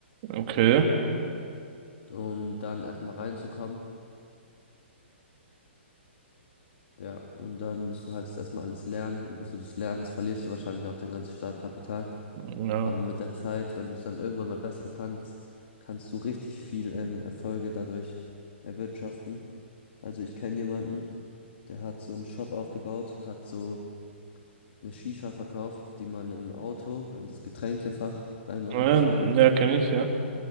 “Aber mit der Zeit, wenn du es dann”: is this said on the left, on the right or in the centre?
Left